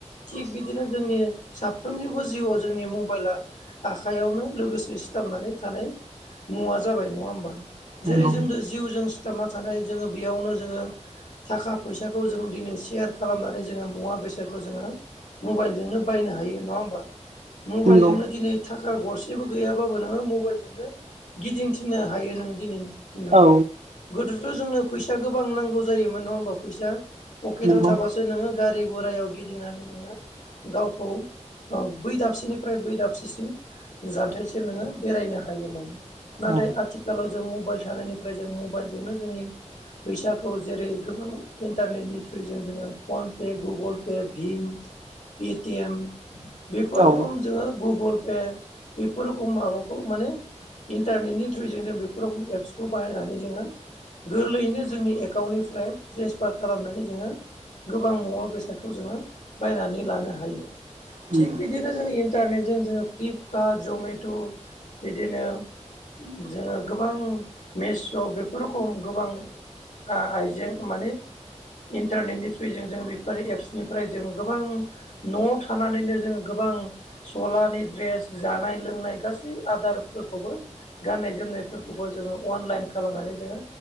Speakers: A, on the left; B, on the right.
A: थिग बिदिनो जोंनि साफ्रोमनिबो जिउआव जोंनि मबाइला आखाइयावनो लोगोसे सिथाबनानै थानाय मुवा जाबाय नङा होमबा
B: नंगौ
A: जेरै जोंद जिउजों सिथाबना थानाय जोङो बेयावनो जोङो थाखा फैसाखौ जों दिनै सेयार खालामनानै जोङो मुवा बेसादखौ जोङो मबाइलजोंनो बायनो हायो नङा होमबा मबाइलजोंनो
B: नंगौ
A: दिनै थाखा गरसेबो गैयाबाबो नोङो मबाइलजोंनो गिदिंथिनो हायो नों दिनैनि
B: औ
A: गोदोथ' जोंनो फैसा गोबां नांगौ जायोमोन नङा होमबा फैसा पकेटाव
B: नंगौ
A: थाबासो नोङो गारि घरायाव गिदिंनानै नोङो गावखौ बै दाबसेनिफ्राय बै दाबसेसिम जानथायाइसिम नोङो बेरायनो हायोमोन नाथाय
B: औ
A: आथिखालाव जों मबाइल थानायनिफ्राय जों मबाइलजोंनो जोंनि फैसाखौ जेरै गोबां इन्टारनेटनि थ्रुयजों जोङो फनपे गुगोल पे भिम पेटिएम बेफोर
B: औ
A: रोखम जोङो गुगोल पे बेफोरखौ माबाखौ माने इन्टारनेटनि थ्रुजों जों बेफोर र एप्सखौ बाहायनानै जोङो गोरलैयैनो जों जोंनि एकाउन्टनिफ्राय ट्रेन्सफार खालामनानै जोङो गोबां मुवा बेसादखौ जोङो बायनानै लानो हायो
B: नंगौ
A: थिग बिदिनो जों इन्टारनेटजों जोङो फ्लिपकार्ट जमेट' बिदिनो जोङो गोबां मेस' बेफोर रखम गोबां आइजें माने इन्टारनेटनि थ्रुयजों जों बेफोर एप्सनिफ्राय जों गोबां न'आव थानानैनो जोङो गोबां सलानि दड्रेस जानाय लोंनाय गासै आदारफोरखौबो गाननाय जोमनायफोरखौबो जोङो अनलाइन खालामनानै जोङो